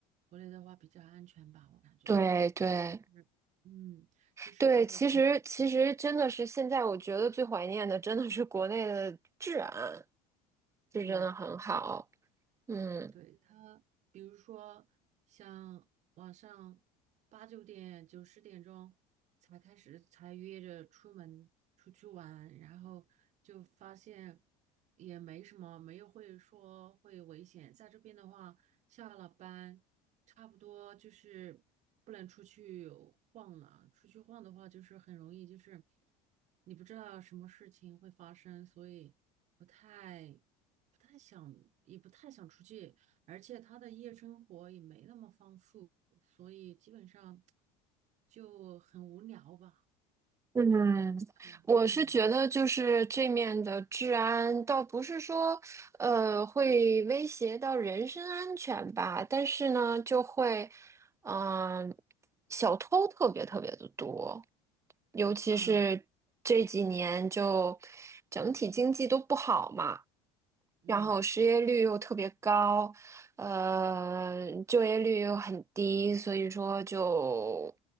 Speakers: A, on the right; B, on the right.
A: 国内的话比较安全吧，我感觉就是，
B: 对对，
A: 嗯，就是和朋友，
B: 对，其实其实真的是现在我觉得最怀念的真的是国内的治安，就真的很好。
A: 嗯。
B: 嗯
A: 对他，比如说像晚上八九点、九十点钟才开始，才约着出门出去玩，然后就发现也没什么，没有会说会危险。在这边的话，下了班差不多就是不能出去晃了，出去晃的话就是很容易就是你不知道什么事情会发生，所以不太。不太想，也不太想出去，而且他的夜生活也没那么丰富，所以基本上就很无聊吧，
B: 嗯，
A: 就
B: 我是觉得就是这面的治安倒不是说呃会威胁到人身安全吧，
A: 傍晚
B: 但是呢就会嗯、小偷特别特别的多。尤其是这几年就
A: 啊，
B: 整体经济都不好嘛，
A: 嗯，
B: 然后失业率又特别高，呃，就业率又很低，所以说就